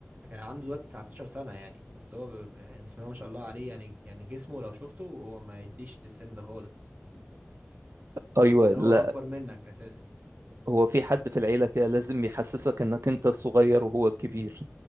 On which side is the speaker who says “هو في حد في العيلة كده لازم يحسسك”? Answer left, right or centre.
Right